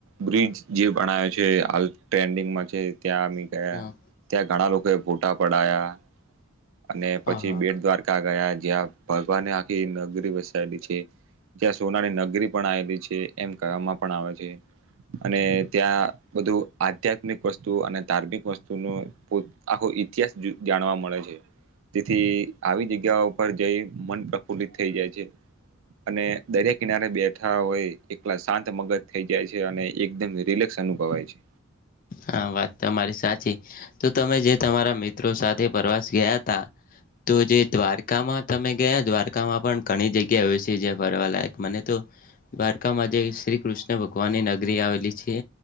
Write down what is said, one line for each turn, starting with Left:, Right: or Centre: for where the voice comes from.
Right: બ્રિજ જે ભણ છે હાલ ટ્રેન્ડિંગમાં છે ત્યાં અી ગયા
Left: હા
Right: ત્યાં ઘણા લોકો એ ફોટા પડાયા અને પછી
Left: હા હા
Right: બેટ દ્વારકા ગયા જ્યાં ભગવાને આખી નગરી વસેાયેલી છે જ્યાં સોનાની નગરી પણ આવેલી છે એમ કવામાં પણ આવે છે અને ત્યાં બધું આધ્યાત્મિક વસ્તુ અને ધાર્મિક વસ્તુ ન આખો ઇતિહાસ જાણવા મળે છે તેથી આવી જગ્યા ઉપર જઈ મન પ્રફુલ્લિત થઈ જાય છે અને દરિયા કિનારે બેઠા હોય એકલા શાંત મગજ થઈ જાય છે અને એકદમ રિલેક્સ અનુભવાય છે
Left: હા વાત તમારી સાચી તો તમે જે તમારા મિત્રો સાથે પ્રવાસ ગયા હતા તો જે દ્વારકામાં તમે ગયા દ્વારકામાં પણ ઘણી જગ્યા હો છે જ્યાં ફરવાલાયક મને તો દ્વારકામાં જે શ્રી કૃષ્ણ ભગવાનની નગરી આવેલી છે